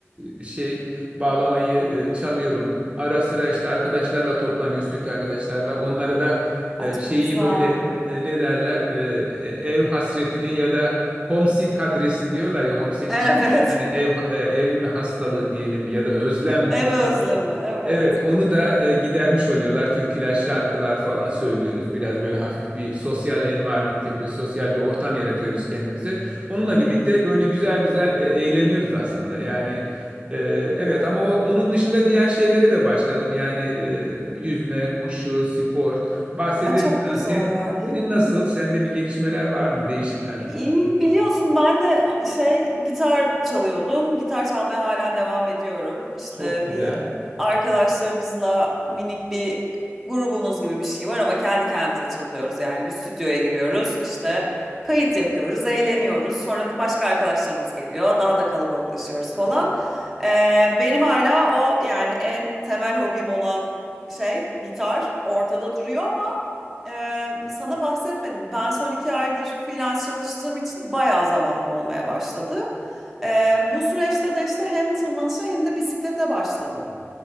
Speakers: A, on the right; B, in the centre.
A: e, şey bağlamayı e, çalıyorum. Ara sıra işte arkadaşlarla toplanıyoruz, Türk arkadaşlarla. Onlara da e,
B: Ay çok
A: şeyi
B: güzel.
A: böyle e, ne derler? E, e, ev hasretini ya da Homesick adresi diyorlar ya homesick
B: Evet.
A: Hani ev e, ev mi hastalığı diyelim ya da özlem
B: Ev
A: mi
B: özlemi.
A: diyelim.
B: Evet.
A: Evet onu da e, gidermiş oluyorlar. Türküler, şarkılar falan söylüyoruz. Biraz böyle hafif bir sosyal environment yapıyoruz. Sosyal bir ortam yaratıyoruz kendimize. Onunla
B: Hı hı.
A: birlikte böyle güzel güzel e, eğleniyoruz aslında. Yani e, evet ama o, onun dışında diğer şeylere de başladım. Yani e, yüzme, koşu, spor bahsederim
B: Ay çok
A: sana.
B: güzel.
A: Senin, senin nasıl? Sende bir gelişmeler var mı? Değişimler?
B: İyi, biliyorsun ben de şey gitar çalıyordum. Gitar çalmaya hala devam ediyorum. İşte
A: Çok güzel.
B: bir arkadaşlarımızla minik bir grubumuz gibi bir şey var ama kendi kendimize çalıyoruz yani. Bir stüdyoya giriyoruz, işte kayıt yapıyoruz, eğleniyoruz. Sonra başka arkadaşlarımız geliyor, daha da kalabalıklaşıyoruz falan. Ee, benim hala o yani en temel hobim olan şey gitar ortada duruyor ama. Ee, sana bahsetmedim. Ben son iki aydır freelance çalıştığım için bayağı zamanım olmaya başladı. Ee, bu süreçte de işte hem tırmanışa hem de bisiklete başladım.